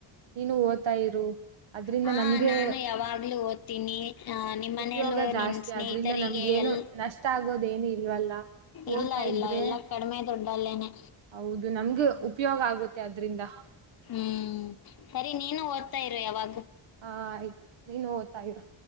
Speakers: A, on the right; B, on the left.
A: ನೀನು. ಓದ್ತಾ ಇರು ಅದ್ರಿಂದ
B: ಹಾ
A: ನಮ್ಗೆ
B: ನಾನು ಯಾವಾಗ್ಲೂ ಓದ್ತೀನಿ. ಹ ನಿಮ್ಮ್ ಮನೇಲ್ಲೂ
A: ಉಪಯೋಗ ಜಾಸ್ತಿ
B: ನಿನ್ ಸ್ನೇಹಿತರಿಗೆ
A: ಅದ್ರಿಂದ ನಮ್ಗೇನು
B: ಎಲ್
A: ನಷ್ಟ ಆಗೋದೇನು ಇಲ್ವಲ್ಲ
B: ಇಲ್ಲ
A: ಓದ್ತಾ
B: ಇಲ್ಲ
A: ಇದ್ರೆ
B: ಎಲ್ಲಾ ಕಡಿಮೆ ದುಡ್ಡಲ್ಲೇನೆ
A: ಹೌದು ನಮ್ಗೆ ಉಪಯೋಗ ಆಗುತ್ತೆ ಅದ್ರಿಂದ
B: ಹ್ಮ್ ಸರಿ ನೀನು ಓದ್ತಾ ಇರು ಯಾವಾಗ
A: ಹಾ ಆಯ್ತು ನೀನು ಓದ್ತಾಯರು